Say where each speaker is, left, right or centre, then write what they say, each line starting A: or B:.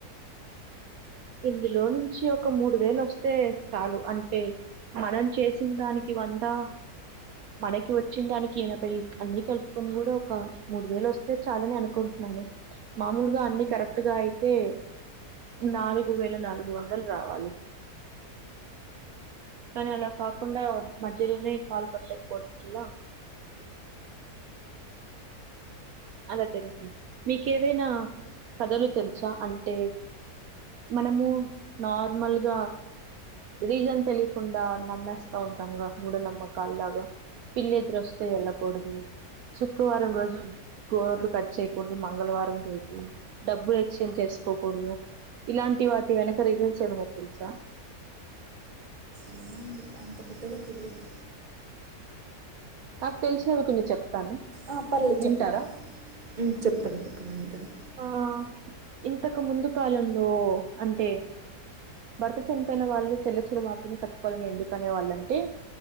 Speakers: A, on the right; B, on the right.
A: ఇందులో నుంచి ఒక మూడు వేలు వస్తే చాలు అంటే మనం చేసిన దానికి వందా మనకి వచ్చిన దానికి ఏనబై అన్ని కలుపుకొని కూడా ఒక మూడు వేలు వస్తే చాలని అనుకుంటున్నా మామూలుగా అన్ని కరెక్ట్ గా అయితే నాలుగు వేల నాలుగు వందలు రావాలి కాని అలా కాకుండా మధ్యలోనే కల్ పట్ట పోదిగా అలా జరుగుతుంది మీకేవైనా కథలు తెలుసా అంటే మనము నార్మల్గా రీజన్ తెలియకుండా నమ్మేస్తా ఉంటాంగా మూఢనమ్మకాలలాగా పిల్లిఎదురొస్తే ఎలా కూడదు శుక్రవారం రోజు గోర్లు కట్ చేయకూడదు మంగళవారం రోజు డబ్బులు ఎక్స్చేంజ్ చేసుకోకూడదు ఇలాంటి వాటి వెనక రిజన్స్ ఏమన్నా తెలుసా
B: ఏమో అండి అంత పెద్దగా తెలీదు
A: నాకు తెలిసినవి కొన్ని చెప్తాను
B: ఆ పర్లేదు
A: వింటారా
B: చెప్పండి ఉమ్, చెప్పండి చెప్పండి వింటాను
A: ఆ ఇంతకు ముందు కాలంలో అంటే భర్త చనిపోయిన వాళ్ళు తెల్లచీర మాత్రమే కట్టుకోవాలని ఎందుకనే వాళ్ళంటే